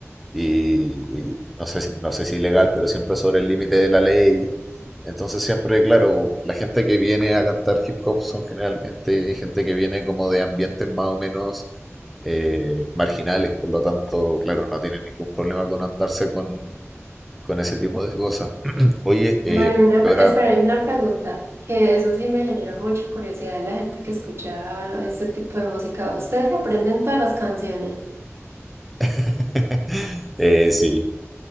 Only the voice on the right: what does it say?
Bueno, una,
pre-
espera, una pregunta, que eso sí me genera mucha curiosidad de la gente que escucha este tipo de música. ¿Ustedes se aprenden todas las canciones? <laughs>